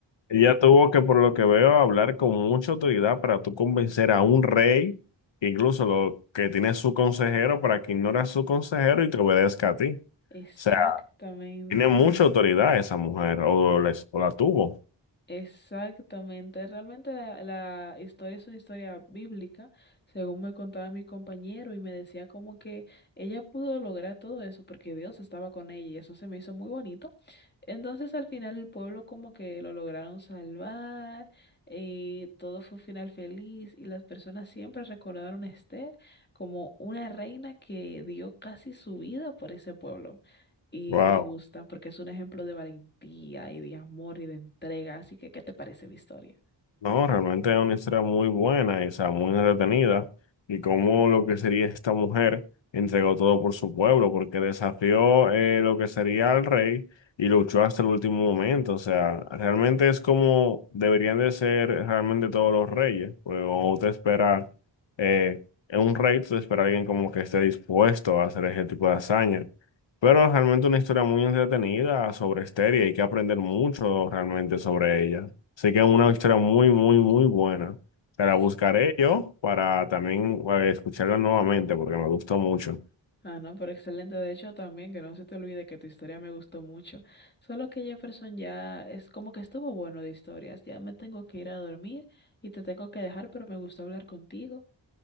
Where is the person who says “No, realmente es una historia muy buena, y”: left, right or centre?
Left